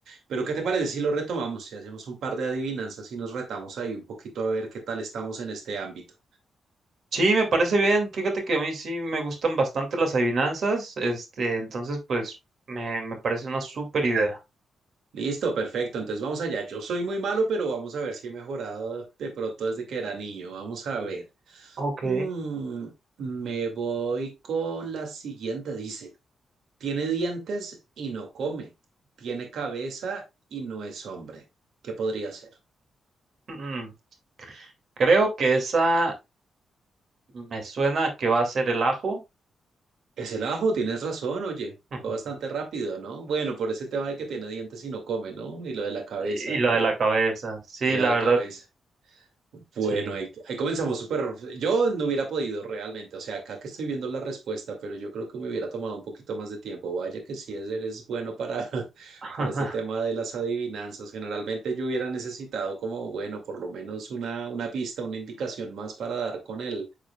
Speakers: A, on the right; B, on the right.
A: Pero ¿qué te parece si lo retomamos, si hacemos un par de adivinanzas y nos retamos ahí un poquito a ver qué tal estamos en este ámbito?
B: Sí, me parece bien. Fíjate que a mí sí me gustan bastante las adivinanzas. Este, entonces, pues, me, me parece una súper idea.
A: Listo, perfecto. Entonces vamos allá. Yo soy muy malo, pero vamos a ver si he mejorado de pronto desde que era niño. Vamos a ver.
B: Ok.
A: Mm, me voy con la siguiente. Dice, tiene dientes y no come. Tiene cabeza y no es hombre. ¿Qué podría ser?
B: Mm, Creo que esa me suena a que va a ser el ajo
A: Es el ajo, tienes razón, oye.
B: <laughs>
A: Fue bastante rápido, ¿no? Bueno, por ese tema de que tiene dientes y no come, ¿no? Y lo de la cabeza.
B: y lo
A: Ahí
B: de la
A: te-
B: cabeza. Sí,
A: Y lo
B: la
A: de la
B: verdad,
A: cabeza. Bueno,
B: sí.
A: ahí, ahí comenzamos súper. Yo no hubiera podido realmente, o sea, acá que estoy viendo la respuesta, pero yo creo que me hubiera tomado un poquito más de tiempo. Vaya que sí es, eres bueno para, <laughs>
B: <laughs>
A: para este tema de las adivinanzas. Generalmente yo hubiera necesitado como, bueno, por lo menos una, una pista, una indicación más para dar con el,